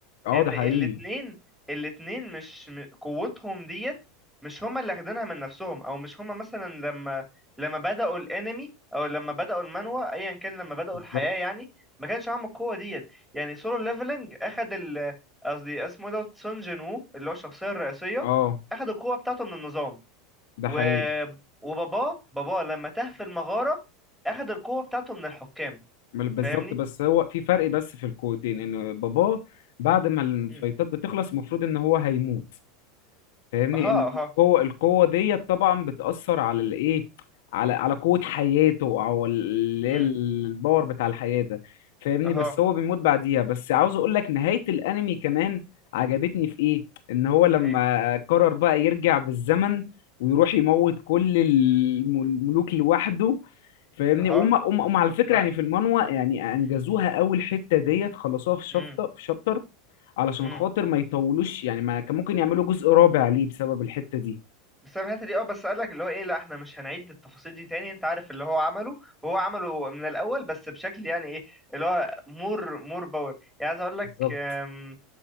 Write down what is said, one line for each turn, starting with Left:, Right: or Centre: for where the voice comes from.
Left: اه
Centre: ان
Left: ده حقيقي
Centre: الاتنين الاتنين مش م- قوتهم ديت مش هما اللي اخدينها من نفسهم او مش هما مثلا لما لما بدأوا الانمي او لما بدأوا المانوا ايا كان لما بدأوا
Left: بالظبط
Centre: الحياة يعني ما كانش معاهم القوة ديت يعني سولو ليفلنج اخد ال قصدي اسمه إيه دوت سون جين وو اللي هو الشخصية الرئيسية
Left: اه
Centre: اخد القوة بتاعته من النظام
Left: ده
Centre: و
Left: حقيقي
Centre: وباباه باباه لما تاه في المغارة اخد القوة بتاعته من الحكام
Left: ما- بالظبط
Centre: فاهمني؟
Left: بس هو في فرق بس في القوتين ان باباه بعد ما الفايتات
Centre: امم
Left: بتخلص المفروض ان هو هيموت فاهمني
Centre: اها
Left: ان
Centre: اها
Left: القوه القوه ديت طبعا بتاثر على الايه على على قوه حياته او اللي
Centre: امم
Left: هي الباور بتاع الحياه ده فاهمني
Centre: اها
Left: بس هو بيموت بعديها بس عاوز اقول لك نهايه الانمي كمان عجبتني في ايه ان هو لما
Centre: ايه
Left: قرر بقى يرجع بالزمن ويروح يموت كل الم- الملوك لوحده فاهمني
Centre: اه
Left: وهم هم هم على فكره
Centre: ما
Left: يعني في المانوا يعني
Centre: <clears throat>
Left: انجزوها اول حته ديت خلصوها في شابتر
Centre: امم
Left: في شابتر علشان
Centre: امم
Left: خاطر ما يطولوش يعني ما كان ممكن يعملوا جزء رابع ليه بسبب الحتة دي
Centre: بسبب الحته دي اه بس قال لك اللي هو ايه لا احنا مش هنعيد التفاصيل دي تاني انت عارف اللي هو عمله وهو عمله من الاول بس بشكل يعني ايه اللي هو مور مور باور يعني عايز اقول لك
Left: بالظبط
Centre: آم،